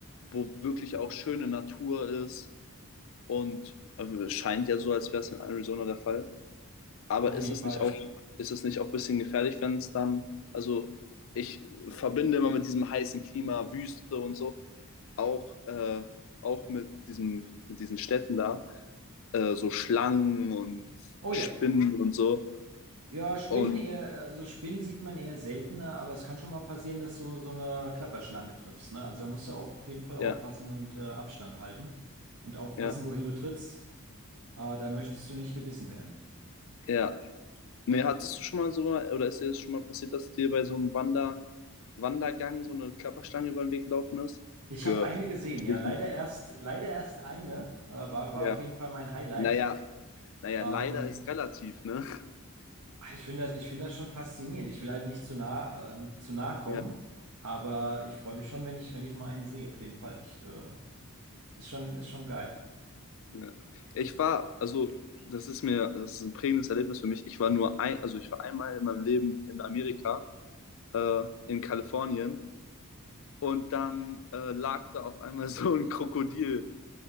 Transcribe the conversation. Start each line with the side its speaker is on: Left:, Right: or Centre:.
Left: wo wirklich auch schöne Natur ist. Und äh, es scheint ja so, als wäre es in Arizona der Fall. Aber
Right: Auf
Left: ist
Right: jeden
Left: es
Right: Fall.
Left: nicht auch, ist es nicht auch ein bisschen gefährlich, wenn es dann, also ich verbinde immer mit diesem heißen Klima, Wüste und so, auch, äh, auch mit, diesem, mit diesen Städten da, äh, so Schlangen und
Right: Oh
Left: Spinnen
Right: ja.
Left: und so.
Right: Ja, Spinnen
Left: Und
Right: eher, also Spinnen sieht man eher seltener, aber es kann schon mal passieren, dass du so eine Klapperschlange triffst, ne? Also da musst du auf jeden Fall aufpassen
Left: ja,
Right: und äh, Abstand halten und aufpassen,
Left: ja,
Right: wohin du trittst. Äh, da möchtest du nicht gebissen werden.
Left: ja. Nee, hattest du schon mal so, oder ist dir das schon mal passiert, dass dir bei so einem Wander, Wandergang so eine Klapperschlange über den Weg gelaufen ist?
Right: Ich
Left: Geschlichen.
Right: habe eine gesehen, ja, leider erst, leider erst eine, äh, war, war
Left: Ja.
Right: auf jeden Fall mein Highlight.
Left: Naja, naja,
Right: Ähm,
Left: leider ist relativ, ne?
Right: ah, ich finde das, ich finde das schon faszinierend. Ich will halt nicht zu nah, äh, zu nah kommen,
Left: Ja.
Right: aber ich freue mich schon, wenn ich, wenn ich mal eine sehe, auf jeden Fall. Ich, äh, ist schon, ist schon geil.
Left: Ja. Ich war, also das ist mir, das ist ein prägendes Erlebnis für mich. Ich war nur ein, also ich war einmal in meinem Leben in Amerika, äh, in Kalifornien, und dann äh, lag da auf einmal <laughs> so ein Krokodil